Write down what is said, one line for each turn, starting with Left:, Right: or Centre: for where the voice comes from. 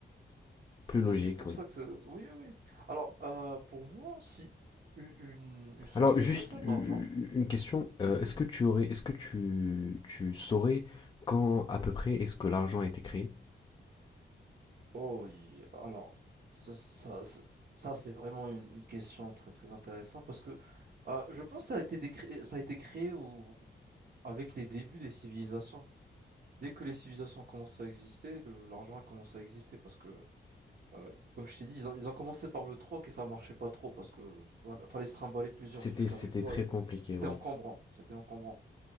Left: Plus
Right: C'est,
Left: logique,
Right: c'est pour
Left: oui.
Right: ça que... Oui, oui. oui. Alors, euh, pour moi, si u- une, une société
Left: Alors, juste
Right: sans
Left: une
Right: argent...
Left: question.
Right: Oui,
Left: euh,
Right: dis-moi.
Left: est-ce que tu aurais, est-ce que tu, tu saurais quand à peu près est-ce que l'argent a été créé?
Right: Oh, il- alors, ça, ça, ça- ça, c'est vraiment une, une question très, très intéressante parce que euh, je pense que ça a été décré- ça a été créé au, Avec les débuts des civilisations. Dès que les civilisations ont commencé à exister, le- l'argent a commencé à exister parce que, euh, comme je t'ai dit, ils ont, ils ont commencé par le troc et ça marchait pas trop parce que voilà, fallait se trimballer plusieurs
Left: C'était,
Right: trucs
Left: c'était
Right: avec toi.
Left: très
Right: c'est-
Left: compliqué,
Right: C'était
Left: oui.
Right: encombrant, c'était encombrant.